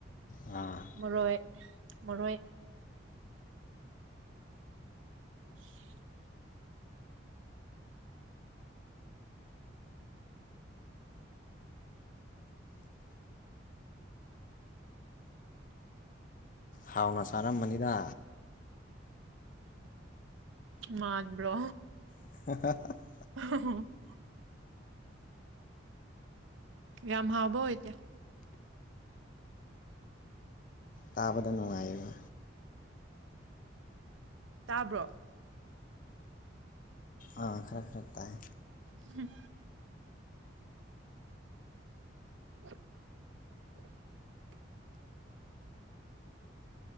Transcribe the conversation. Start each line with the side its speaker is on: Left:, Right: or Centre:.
Left: ꯑꯥ
Right: ꯃꯔꯣꯏ ꯃꯔꯣꯏ <unintelligible>
Left: ꯍꯥꯎꯅ ꯆꯥꯔꯝꯕꯅꯤꯗ
Right: ꯃꯥꯕ꯭ꯔ
Left: <unintelligible>
Right: <unintelligible> ꯒꯝꯍꯕ ꯏꯇ
Left: ꯇꯥꯕꯗ ꯅꯨꯡꯉꯥꯏꯌꯦꯕ
Right: ꯇꯥꯕ꯭ꯔꯣ
Left: ꯑꯥ ꯈꯔ ꯈꯔꯛꯇꯥꯦ
Right: ꯎꯝ <unintelligible> <unintelligible>